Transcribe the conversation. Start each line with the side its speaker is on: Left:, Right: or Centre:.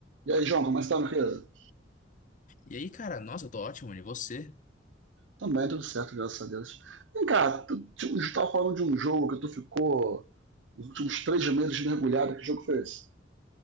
Right: E aí, João, como é que tá, meu querido?
Left: E aí, cara, nossa, eu tô ótimo, mano. E você?
Right: Também tudo certo, graças a Deus. Vem cá, tu, tu, tu tava falando de um jogo que tu ficou nos últimos três meses mergulhado. Que jogo foi esse?